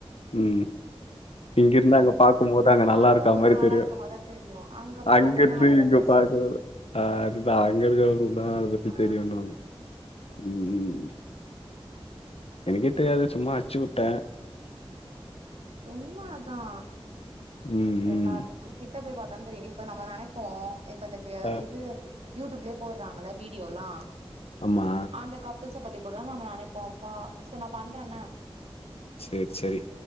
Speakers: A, on the left; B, on the right.
A: ம் இங்கேருந்து அங்க பாக்கும்போது அங்க
B: பாக்கும்
A: நல்லா இருக்கா
B: போது
A: மாதிரி
B: நல்லா
A: தெரியு
B: இருக்க மாரிதா தெரியு அங்க போய்
A: அங்கேருந்து
B: பாத்தாதா அதோட
A: இங்க
B: கஷ்டோ
A: பாக்கறது ஆ அதுதா அங்க இருக்கவங்களுக்கு தா அதபத்தி
B: ஆ
A: தெரியுன்னுவாங்க ம் ம் எனக்கே தெரியாது சும்மா அச்சு விட்ட
B: உண்ம அதா
A: ம்
B: எல்லாத்துக்கும்
A: ம்.
B: கிட்ட போய் பாத்தா தெரியு இப்ப நம்ம நெனைப்போ இப்ப இந்த பே
A: ஆ.
B: இது யூடியூப்லயே போட்றாங்கள வீடியோ எல்லா
A: ஆமா
B: அந்த கப்புள்ஸ பத்தி கூட நம்ம நெனைப்போ அப்பா சேரி நா பண்றேன்ன
A: செரி செரி